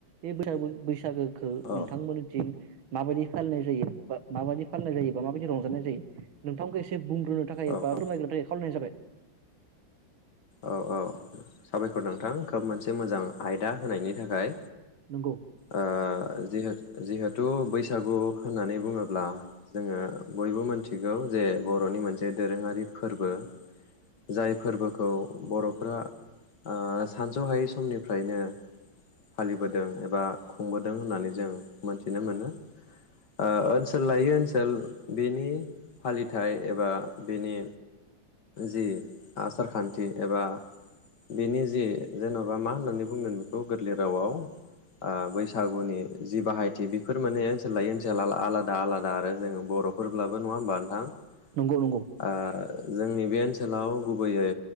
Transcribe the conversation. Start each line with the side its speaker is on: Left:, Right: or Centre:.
Right: बे <unintelligible> बैसागोखो
Left: औ
Right: नोंथांमोननिथिं माबायदि फालिनाय जायो एबा माबायदि फालिनाय जायो बा माबायदि रंजानाय जायो नोंथांखौ एसे बुं नो थाखाय
Left: औ
Right: एबा
Left: औ
Right: फोरमायग्रोनो थाखाय खावलायनाय जाबाय।
Left: औ औ साबायखर नोंथां खोब मोनसे मोजां आयदा होनायनि थाखाय।
Right: नंगौ
Left: आ जिहेथ जिहेथु बैसागु होननानै बुङोब्ला जोङो बयबो मोनथि थिगौ जे बर'नि मोनसे दोरोङारि फोरबो। जाय फोरबोखौ बर'फ्रा ओ सानस'हायै समनिफ्रायनो फालिबोदों एबा खुंबोदों होननानै जों मोनथिनो मोनो। ओ ओनसोल लायै ओ सोल बेनि फालिथाय एबा बेनि जि आसारखान्थि एबा बिनि जि जेन'बा मा होननानै बुंगोन बेखौ गोरलै रावआव आ बैसागुनि जि बाहायथि बेफोर माने ओनसोल लायै ओनसोल आलादा आलादा आरो जोङो बर' फोरब्लाबो नङा होमबा नोंथां ओ
Right: नंगौ नंगौ
Left: जोंनि बे ओनसोलाव गुबैयै